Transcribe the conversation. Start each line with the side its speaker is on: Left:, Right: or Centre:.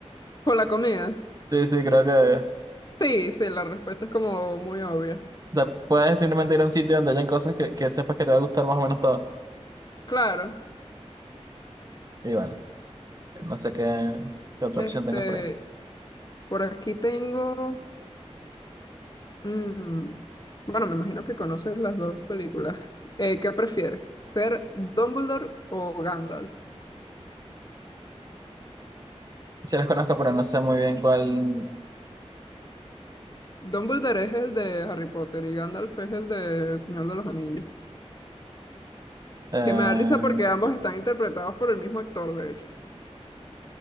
Left: ¿Por la comida?
Right: Sí, sí, creo que, o
Left: Sí, sí, la respuesta es como muy obvia.
Right: sea, puedes simplemente ir a un sitio donde hayan cosas que, que sepas que te va a gustar más o menos todo.
Left: Claro,
Right: Y bueno, no sé qué, qué otra
Left: este,
Right: opción tengas por ahí.
Left: por aquí tengo, mm, bueno, me imagino que conoces las dos películas. Eh, ¿qué prefieres? ¿Ser Dumbledore o Gandalf?
Right: Sí las conozco, pero no sé muy bien cuál...
Left: Dumbledore es el de Harry Potter y Gandalf es el de El Señor de los Anillos.
Right: eh,
Left: Que me da risa porque ambos están interpretados por el mismo actor, de hecho.